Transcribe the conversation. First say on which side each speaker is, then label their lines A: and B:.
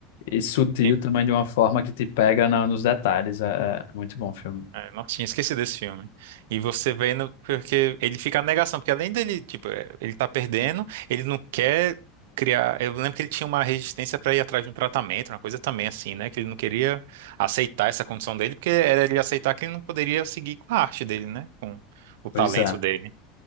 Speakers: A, on the left; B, on the right.
A: sutil
B: E-
A: também de uma forma que te pega na- nos detalhes. É, é é muito bom o filme.
B: é, Nossa, tinha esquecido desse filme. E você vendo, porque ele fica na negação, porque além dele, tipo, é, ele tá perdendo, ele não quer criar. Eu lembro que ele tinha uma resistência pra ir atrás de um tratamento, uma coisa também assim, né? Que ele não queria aceitar essa condição dele, porque era ele aceitar que ele não poderia seguir com a arte dele, né? Com o talento
A: Pois é.
B: dele.